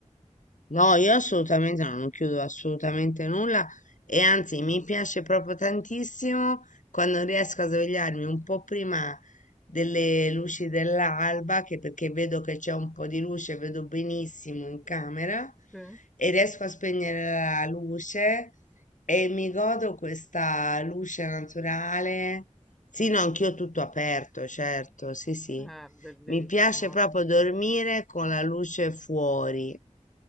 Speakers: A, on the left (about 85°); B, in the centre.
A: No, io assolutamente no, non chiudo assolutamente nulla e anzi mi piace proprio tantissimo quando riesco a svegliarmi un po' prima delle luci dell'alba, che perché vedo che c'è un po' di luce, vedo benissimo in camera
B: Sì,
A: e riesco a spegnere la luce e mi godo questa luce naturale. Sì, no, anch'io tutto aperto, certo, sì, sì.
B: è bellissimo.
A: Mi piace proprio dormire
B: Sì,
A: con la luce fuori